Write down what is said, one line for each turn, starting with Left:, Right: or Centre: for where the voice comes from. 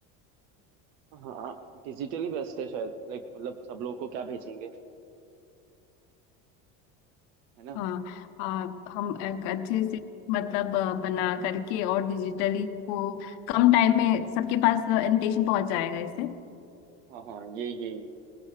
Right: हाँ डिजिटली बेस्ट है शायद लाइक मतलब सब लोगों को क्या भेजेंगे है ना
Left: हाँ आ, हम एक अच्छे से मतलब आ, बना करके और डिजिटली को कम टाइम में सबके पास इनविटेशन पहुंच जाएगा इससे
Right: हाँ हाँ ये ये